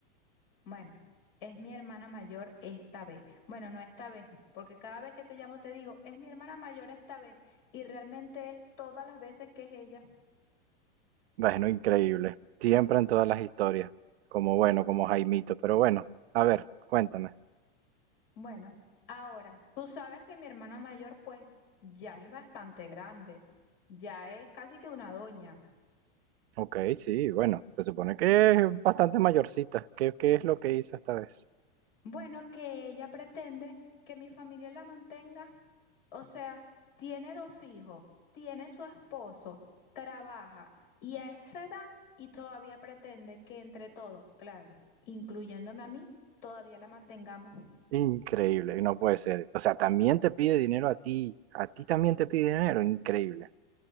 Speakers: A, on the left (about 65°); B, on the right (about 85°).
A: Bueno, es mi hermana mayor esta vez. Bueno, no esta vez, porque cada vez que te llamo te digo, es mi hermana mayor esta vez, y realmente es todas las veces que es ella.
B: Bueno, increíble. Siempre en todas las historias. Como bueno, como Jaimito, pero bueno, a ver, cuéntame.
A: Bueno, ahora, tú sabes que mi hermana mayor pues ya es bastante grande, ya es casi que una doña.
B: Ok, sí, bueno, se supone que es bastante mayorcita. ¿Qué, qué es lo que hizo esta vez?
A: Bueno, que ella pretende que mi familia la mantenga. O sea, tiene dos hijos, tiene su esposo, trabaja y a esa edad y todavía pretende que entre todos, claro, incluyéndome a mí, todavía la mantengamos.
B: Increíble, no puede ser. O sea, también te pide dinero a ti, a ti también te pide dinero, increíble.